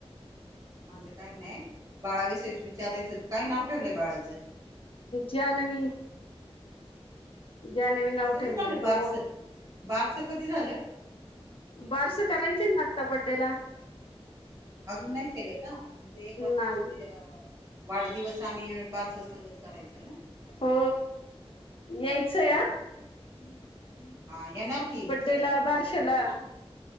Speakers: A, on the right (about 35°); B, on the left (about 60°).
A: माझं काय नाही बाळाविषयीच विचारायचं होत काय नाव ठेवलंय बाळाचं
B: जान्हवी. जान्हवी नाव
A: कधी
B: ठेवलय
A: झालं बारस
B: हो.
A: बारस कधी झालं.
B: बारस करायचंय ना आत्ता बड्डेला.
A: अजुन नाय केले का? म्हणजे एक वर्षाची
B: नाही
A: वाढदिवस आणि बारस संगच करायच ना.
B: हो यायचंय हा.
A: बर बर हा येणार की
B: बड्डेला
A: कधी करणारये
B: बारशाला
A: फक्त सांगा.